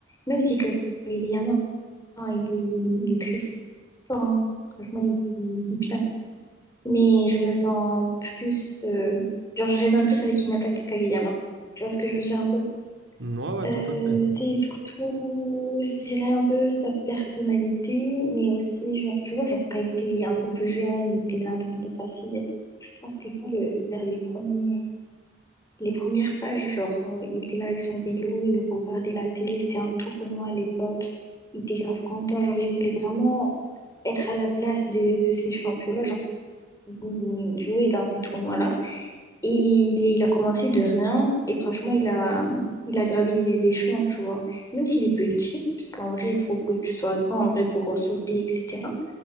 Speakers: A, on the left; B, on the right.
A: Même si Kageyama, Oh, il est, il est- il est très fort, hein. Franchement, il, il est bien. Mais je me sens plus. euh, Genre, je raisonne plus avec Hinata que Kageyama. Tu vois ce que je veux dire un peu?
B: Ouais, ouais,
A: Euh,
B: tout à fait.
A: c'est surtout, je dirais un peu sa personnalité, mais aussi, genre, tu vois, genre, quand il était un peu plus jeune, il était là en train de passer, je crois, c'était quoi, le, vers les premiers. Les premières pages, genre, euh, il était là avec son vélo, il regardait la télé, c'était un tournoi à l'époque. Il était grave content, genre, il voulait vraiment être à la place de, de ces champions-là, genre, mm, jouer dans ces tournois-là. Et il, il a commencé de rien, et franchement, il a, il a gravi les échelons, tu vois. Même s'il est petit, parce qu'en vrai, il faut que tu sois grand, en vrai, pour sauter, etc.